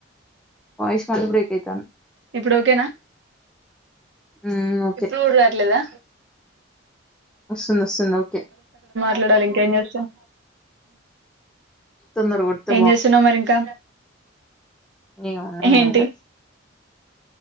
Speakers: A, in the centre; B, on the right.
A: వాయిస్ మళ్ళ బ్రేక్ ఎయితాంది.
B: ఇప్పుడు ఓకేనా?
A: ఉమ్ ఓకే
B: ఇప్పుడు కూడ రాట్లేదా?
A: వస్ ఉమ్ వస్తుంది. ఓకే
B: ట్లాడాలింక ఇంకేం చేస్తాం?
A: తొందర కొడితే
B: ఏం చేస్తున్నవు మరి ఇంకా?
A: ఏమ్మున్నయి?
B: ఏంటి
A: ఏం లేదు.